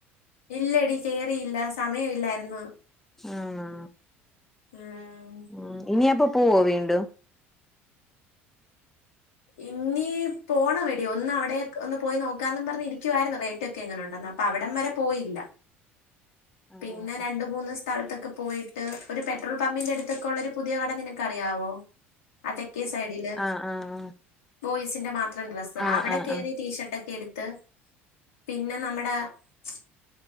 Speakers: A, on the left; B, in the centre.
A: ഇല്ലടി കേറിയില്ല സമയം ഇല്ലാരുന്ന്.
B: ആണോ
A: ഉം.
B: ഉം ഇനി അപ്പൊ പോവോ വീണ്ടും?
A: ഇന്നീ പോണവടി ഒന്ന് അവിടെ ഒന്ന് പോയി നോക്കാന്ന് പറഞ്ഞിരിക്കുവാരുന്ന് റേറ്റ് ഒക്കെ എങ്ങനെ ഉണ്ടന്ന് അപ്പൊ അവിടം വരെ പോയില്ല.
B: <inaudible> ആഹ്
A: പിന്ന രണ്ട്മൂന്ന് സ്ഥലത്തൊക്കൊ പോയി പോയിട്ട്.. ഒരു പെട്രോൾ പമ്പിന്റടുത്തൊക്കെള്ളൊരു പുതിയ കട നിനക്കറിയാവോ? അതെക്കെ സൈഡില്
B: ആഹ് ആഹ് ആഹ്
A: ബോയ്സിന്റെ മാത്രം ഡ്രസ്സ്,
B: ആഹ്
A: അവിടെ
B: ആഹ്
A: കേറി
B: ആഹ്
A: ടീഷർട്ടക്കെ എടുത്ത്, പിന്നെ നമ്മട മ്മ്ച്